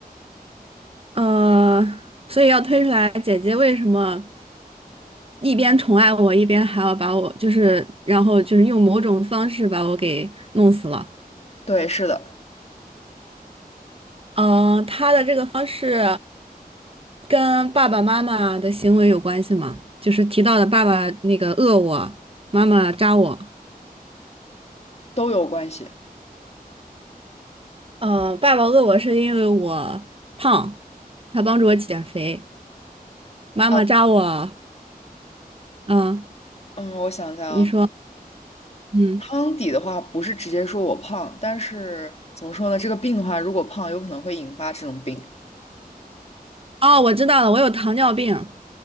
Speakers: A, on the right; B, on the left.
A: 呃，所以要推出来姐姐为什么一边宠爱我，一边还要把我就是，然后就是用某种方式把我给弄死了。
B: 对，是的，
A: 嗯，他的这个方式跟爸爸妈妈的行为有关系吗？就是提到的爸爸那个饿我，妈妈扎我。
B: 都有关系。
A: 嗯，爸爸饿我是因为我胖，他帮助我减肥。妈妈扎我，
B: 啊，
A: 嗯，
B: 嗯，我想一下啊。
A: 你说，嗯，
B: 胖底的话，不是直接说我胖，但是怎么说呢？这个病的话，如果胖，有可能会引发这种病。
A: 哦，我知道了，我有糖尿病。